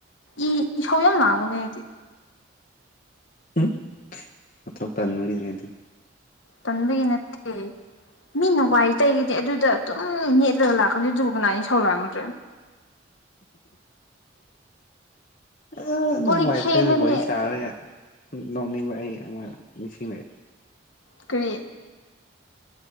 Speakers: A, on the left (about 75°); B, on the left (about 45°).
A: ꯏ ꯏꯁꯥꯎ ꯌꯥꯝ ꯂꯥꯡꯕꯅꯦ ꯑꯩꯗꯤ꯫
B: ꯎꯝ ꯃꯊꯧ ꯇꯟꯕꯒꯤꯅꯦ ꯑꯗꯨ꯫
A: ꯇꯟꯕꯒꯤ ꯅꯠꯇꯦ꯫ ꯃꯤꯅ ꯋꯥꯏ ꯇꯩꯒꯤꯗꯤ ꯑꯗꯨꯗ ꯑꯗꯨꯝ ꯅꯦꯠꯂꯒ ꯂꯥꯛꯀꯅꯤ ꯑꯗꯨꯕꯨ ꯀꯅꯥ ꯏꯁꯧ ꯂꯥꯡꯉꫭꯏꯗ꯭ꯔꯥ꯫
B: ꯑ ꯅꯪ
A: ꯀꯣꯜ ꯂꯤꯛ
B: ꯋꯥꯥꯏ
A: ꯐꯦꯡꯒꯅꯤ
B: ꯇꯩ ꯋꯥꯔꯤ ꯁꯥꯔꯒ꯫ ꯅꯣꯡꯅꯤꯡꯕ ꯑꯩ ꯑꯃ ꯃꯤꯁꯤꯡꯂꯛꯑꯦ꯫
A: ꯀꯔꯤ꯫